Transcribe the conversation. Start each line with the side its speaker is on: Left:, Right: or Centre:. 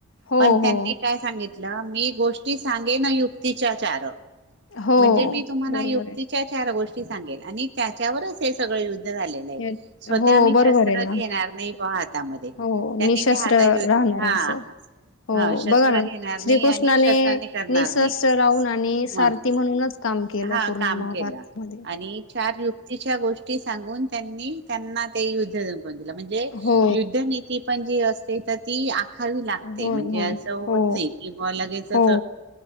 Left: हो,
Right: पण त्यांनी
Left: हो.
Right: काय सांगितलं, म्हलं मी गोष्टी सांगे ना युक्तीच्या चार
Left: हो.
Right: म्हणजे मी तुम्हाला
Left: बरोबर
Right: युक्तीच्या
Left: आहे.
Right: चार गोष्टी सांग आणि त्याच्यावरच हे सगळ य झा आहे
Left: हे
Right: स्वतः
Left: हो,
Right: आम्ही शस्त्र
Left: बरोबर आहे ना.
Right: घेणार नाही हातामध्ये
Left: हो,
Right: त्यांनी
Left: निशस्त्र
Right: त्या हाता
Left: राहणार
Right: हा
Left: असं. हो
Right: हा शस्त्र
Left: बघा ना
Right: घेणार नाही
Left: श्रीकृष्णाने
Right: आणि शस्त्रांनी करणार
Left: निशस्त्र
Right: नाही
Left: राहून आणि
Right: म
Left: सारथी
Right: हा
Left: म्हणूनच काम केलं पूर्ण
Right: काम
Left: महाभारतामध्ये.
Right: केलं आणि चार युक्तीच्या गोष्टी सांगून त्यांनी त्यांना ते यु म्हणजे,
Left: हो.
Right: युद् पण जी असते तर ती लाग
Left: हो
Right: म्हणजे
Left: ना, हो
Right: अस
Left: ना,
Right: होत
Left: हो,
Right: नाही कि लगेचद्
Left: हो,